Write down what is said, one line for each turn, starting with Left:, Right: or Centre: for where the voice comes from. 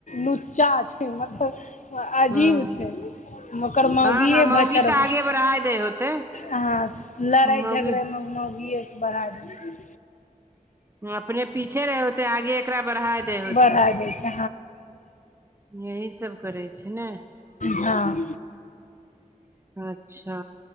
Left: लुच्चा छै मतलब अ अजीब
Right: हँ
Left: छै, ओकर मौगिये
Right: हँ हँ मौगी
Left: भचड़बै
Right: के आगे बढ़ाय दै होतै
Left: हां लड़े-झगड़े
Right: मौगी
Left: मे मोगिये से बढ़ा दे छै।
Right: <unintelligible> अपने पीछे रहे होतै, आगे एकरा बढ़ा
Left: छै
Right: दे होतै,
Left: बढ़ा दै छै
Right: यही सब करै छै ने
Left: हां।
Right: अच्छा।